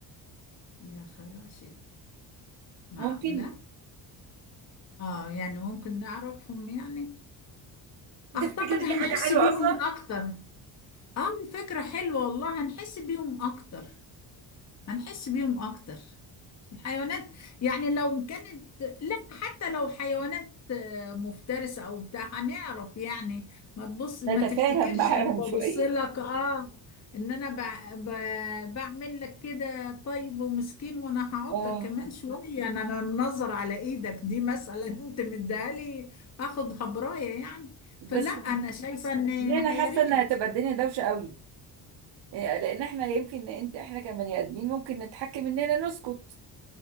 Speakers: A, on the left; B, on the right.
A: يا خراشي معقولة
B: ممكن
A: اه يعني ممكن نعرفهم يعني
B: <laughs>
A: اعتقد
B: تفتكري
A: هنحس
B: دي حاجة حلوة
A: بيهم
B: اصلا
A: اكتر اه الفكرة حلوة والله هنحس بيهم اكتر هنحس بيهم اكتر الحيوانات يعني لو كانت لا حتى لو حيوانات آه، مفترسة او بتاع هنعرف يعني ما تبص ما
B: نتفاهم
A: تفتكرش
B: معاهم
A: انا ببص
B: شوية
A: لك اه ان انا ب... ب... بعمل لك كده طيب ومسكين وانا هعضك
B: اه
A: كمان شوية انا انا منظر على ايدك دي مثلا <laughs> انت مديهالي اخد هبراية يعني
B: بس
A: فلا انا شايفة ان
B: ليه انا
A: يا
B: حاسة
A: ريت
B: انها هتبقى الدنيا دوشة قوي إيه، لان احنا يمكن انت احنا كبني ادمين ممكن نتحكم اننا نسكت